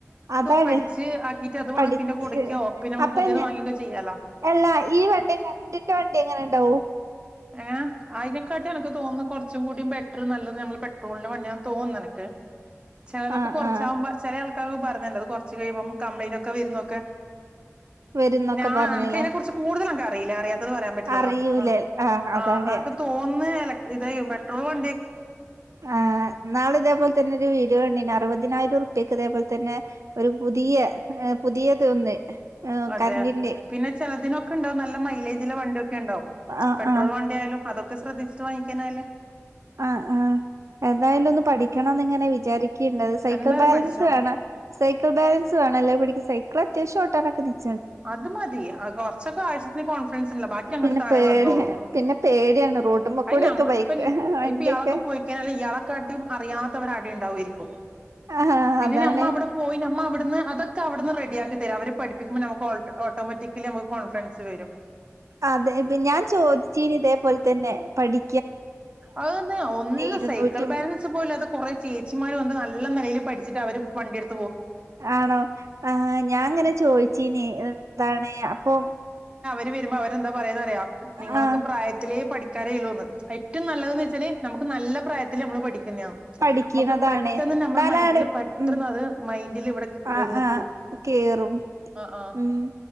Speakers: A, on the right; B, on the right.
A: അതാണ്
B: പഠിച്ച് ആക്കിട്ട് അത് വേണം
A: പഠച്ച്
B: പിന്നെ കൊടുക്കോ പിന്നെ നമുക്ക്
A: അപ്പൊ
B: പുതിയത് വാങ്ങിയൊക്കെ ചെയ്യാലോ
A: എല്ലാ ഈ വണ്ടി കററിന്റെ വണ്ടി എങ്ങനെ ഉണ്ടാവോ
B: ഏ് ആയിതിനെക്കാട്ടി എനക്ക് തോന്നുന്നു കൊറച്ചും കൂടും നല്ലത് നമ്മൾ പെട്രോളിന്റെ വണ്ടിയാണ് തോന്നുന്നത്നക്ക് ചിലതൊക്കെ
A: ആഹ്
B: കുറച്ചാകുമ്പ
A: ആഹ്
B: ചില അൾ ക്കെ അങ്ങ് പറഞ്ഞണ്ട് കൊറച്ച് കഴുമ്പം കംപ്ലൈന്റ് ഒക്കെ വരുന്നൊക്കെ
A: വരുന്നൊക്കെ
B: ഞാ
A: പറഞ്ഞില്ലേ
B: എനക്ക് അതിനെ കുറിച്ച് കൂടുതല വെയിലാറിയാ <inaudible> പറയാൻ പറ്റില്ലല്ലോ
A: അറിയൂലേ
B: ആ
A: ആഹ് അതാണ്
B: ആ അന്ക്ക് തോന്ന് <inaudible> ഇത് പെട്രോൾ വ
A: ആഹ് ആ ഇന്നാൾ ഇതേ പോലത്തെ തന്നെ ഒരു വീഡിയോ കണ്ടെനു അറുപതി- അതിനായിട്ട ഉറപ്പക്ക് അതേപോലെ തന്നെ ഒരു പുതിയ പുതിയത ഒന്ന്
B: അതെ
A: കറന്റിന്റെ
B: പിന്നെ ചെലതിനൊക്കെ ഉണ്ടാവും നല്ല മൈലേജുള്ള വണ്ടിയൊക്കെ ഉണ്ടാവും
A: ആഹ്
B: പെട്രോൾ
A: ആഹ്
B: വണ്ടി ആയാലും അതൊക്കെ ഒക്കെ ശ്രദ്ധിച്ചിട്ട വാങ്ങിക്കാനല്ലേ
A: ആ ആ എന്തായാലും ഒന്ന് പഠിക്കണമെന്ന് ഇങ്ങനെ വിചാരികിനിണ്ട് സൈക്കിൾ
B: എന്തായാലും
A: ബാലൻസ്
B: പഠിച്ചോ
A: വേണ സൈക്കിൾ ബാലൻസ് വേണം എല്ലേ പഠിക്കാൻ- അവൾ അത്യാഷോട്ടൻ ഒക്കെ നിക്കും.
B: അത് മതി കൊറച്ചൊക്കെ ആവശത്തിന് കോൺഫിഡൻസ് ഇല്ല ബാക്കി അങ്ങോട്ട്
A: പിന്നെ
B: താനെ
A: പേടി
B: വന്നോളും
A: പിന്നെ പേടിയാണ് റോട്ടുമ്മ
B: അയിന്
A: കൂടെക്കെ
B: നമ്മ
A: ബൈക്ക്
B: ഇപ്പ-
A: വണ്ടിയൊക്കെ
B: ഇപ്പൊ ഇയാളൊക്ക പോയിക്കഴിഞ്ഞാൽ ഇയാളെ കാട്ടിം അറിയാത്തവര് ആടെ ഇണ്ടാവില്ലേ? രിക്കും
A: ആഹ്
B: പിന്നെ
A: അതാണ്
B: നമ്മ അവിടെ പോയി നമ്മ അവിടുന്ന് അതൊക്കെ ഒക്കെ അവിടന്ന് റെഡിയാക്കി തരും അവര് പഠിപ്പി- നമ്മുക് ഓട്ടോമാറ്റിക്കലി നമ്മുക് കോൺഫിഡൻസ് വരും
A: അതെ ഞാൻ ചോദിച്ചീനി ഇതേപോലെ തന്നെ. പഠി
B: അതന്ന ഒന്ന്
A: ഇരുന്നൂറ്റി
B: സൈക്കിൾ ബാലൻസ് പോല അത് കൊറ ചേച്ചിമാര് വന്ന് നല്ല നിലയിൽ പഠിച്ചിട്ട് അവര് വണ്ടി എടുത്ത്.
A: ആണോ ആ ഞാൻ അങ്ങനെ ചോദിച്ചീനി എന്താണ് അപ്പം
B: വരുമ്പ അവരെന്താ പറയുന്ന നിങ്ങളൊക്കെ
A: ആഹ്
B: പ്രായത്തിലേ പഠിക്ക കരയിലൂന്ന് ഹൈ ഏറ്റവും നല്ലതെന്ന് വെച്ചാൽ നമുക്ക് നല്ല പ്രായത്തിൽ നമ്മൾ പഠി <unintelligible>
A: പഠിക്കണതാണ്
B: മ്മക്ക് പെട്ടെന്ന്
A: എന്നാലാണ്
B: മൈൻഡില് പെട്ടെന്ന്
A: ഉം
B: അത് മൈൻഡില് ഇവിടെ
A: ആഹ്
B: നിക്കും
A: ആഹ് കേറും
B: ആഹ് ആഹ്
A: ഉം